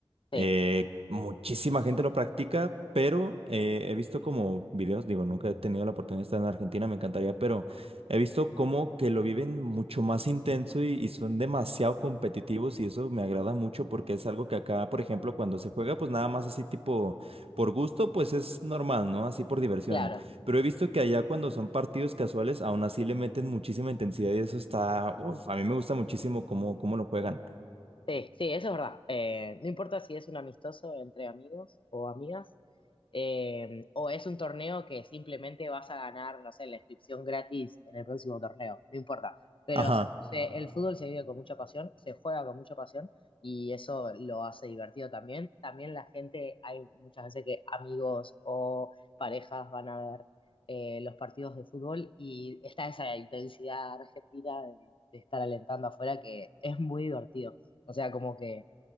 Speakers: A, on the left; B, on the right.
A: Sí,
B: Eh, muchísima gente lo practica, pero eh, he visto como videos, digo, nunca he tenido la oportunidad de estar en Argentina, me encantaría, pero he visto como que lo viven mucho más intenso y, y son demasiado competitivos y eso me agrada mucho porque es algo que acá, por ejemplo, cuando se juega, pues nada más así tipo por gusto, pues es normal, ¿no? Así por diversión.
A: claro.
B: Pero he visto que allá cuando son partidos casuales, aún así le meten muchísima intensidad y eso está, uf, a mí me gusta muchísimo cómo, cómo lo juegan.
A: Sí, sí, eso es verdad. Eh, no importa si es un amistoso entre amigos o amigas, eh, o es un torneo que simplemente vas a ganar, no sé, la inscripción gratis en el próximo torneo, no importa. Pero
B: Ajá,
A: se- se- el fútbol se vive con mucha pasión, se juega con mucha pasión y eso lo hace divertido también. También la gente, hay muchas veces que amigos o parejas van a ver eh, los partidos de fútbol y está esa intensidad argentina de de estar alentando afuera que es muy divertido. O sea, como que